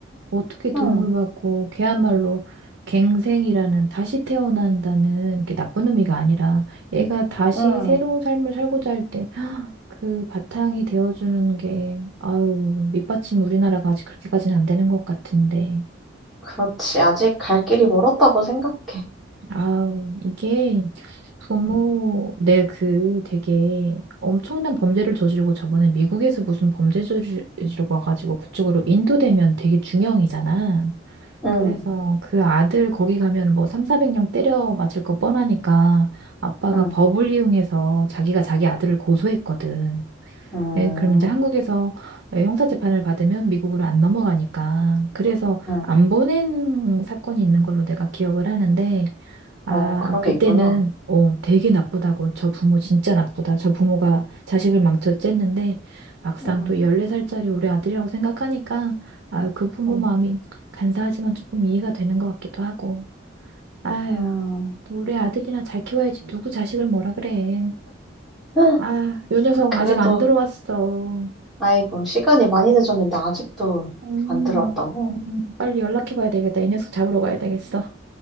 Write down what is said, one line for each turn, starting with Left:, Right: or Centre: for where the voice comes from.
Right: 어떻게 도움을
Centre: 응,
Right: 받고 걔야말로 갱생이라는 다시 태어난다는 이게 나쁜 의미가 아니라 얘가 다시
Centre: 응,
Right: 새로운 삶을 살고자 할 때 그 바탕이 되어주는 게 아유 밑받침 우리나라가 아직 그렇게까지는 안 되는 것 같은데.
Centre: 그렇지. 아직 갈 길이 멀었다고 생각해.
Right: 아우, 이게 부모,
Centre: 응,
Right: 내 그 되게 엄청난 범죄를 저지르고 저번에 미국에서 무슨 범죄 저지르고 와가지고 그쪽으로 인도되면 되게 중형이잖아.
Centre: 응,
Right: 그래서 그 아들 거기 가면 뭐 3, 400명 때려 맞을 거 뻔하니까 아빠가
Centre: 응,
Right: 법을 이용해서 자기가 자기 아들을 고소했거든.
Centre: 응,
Right: 예, 그럼 이제 한국에서 예, 형사재판을 받으면 미국으로 안 넘어가니까. 그래서
Centre: 응.
Right: 안 보낸 사건이 있는 걸로 내가 기억을 하는데
Centre: 어,
Right: 아,
Centre: 그런
Right: 그때는,
Centre: 게 있구나.
Right: 어, 되게 나쁘다고. 저 부모 진짜 나쁘다. 저 부모가 자식을 망쳤쨌는데, 막상
Centre: 응,
Right: 또 14살짜리 우리 아들이라고 생각하니까, 아 그 부모
Centre: 응,
Right: 마음이 간사하지만 조금 이해가 되는 것 같기도 하고. 아유,
Centre: 응.
Right: 우리 아들이나 잘 키워야지. 누구 자식을 뭐라 그래.
Centre: <gasps>
Right: 아, 요 녀석
Centre: <laughs> 그래도,
Right: 아직 안 들어왔어.
Centre: 아이고, 시간이 많이 늦었는데 아직도
Right: 음,
Centre: 안 들어왔다고?
Right: 음, 빨리 연락해봐야 되겠다. 이 녀석 잡으러 가야 되겠어.